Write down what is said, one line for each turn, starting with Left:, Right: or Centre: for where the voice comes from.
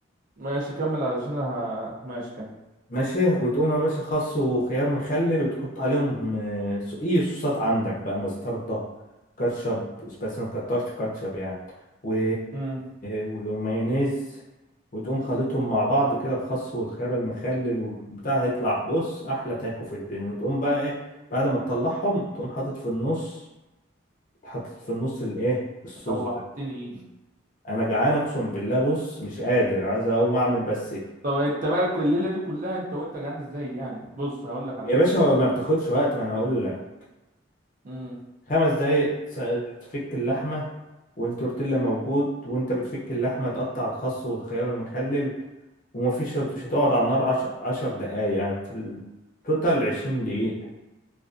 Right: ماشي كمل علشان ه... ماشي كمل
Left: ماشي وتقوم يا باشا خس وخيار مخلل وتحط عليهم آه، صو- اي صوصات عندك بقى مستردة كاتشب بس ما تكترش كاتشب يعني و...
Right: امم
Left: ومايونيز وتقوم خلطهم مع بعض كده الخس والخيار المخلل والبتاع هيطلع بص احلى تاكو في الدنيا وتقوم بقى ايه بعد ما تطلعهم تقوم حاطط في النص حاطط في النص الايه الصوص
Right: روحتني
Left: ده انا جعان اقسم بالله بص مش قادر عايز اقوم اعمل بس
Right: طب انت بقى كل الليله دي كلها انت وانت جعان ازاي يعني بص هقول لك على
Left: يا
Right: حاجه
Left: باشا ما بتاخدش وقت ما انا هقول لك
Right: امم
Left: خمس دقايق تس- تفك اللحمة والتورتيلا موجود وانت بتفك اللحمة تقطع الخس والخيار المخلل ومفيش مش هتقعد على النار عش... عشر دقايق يعني في التوتال عشرين دقيقة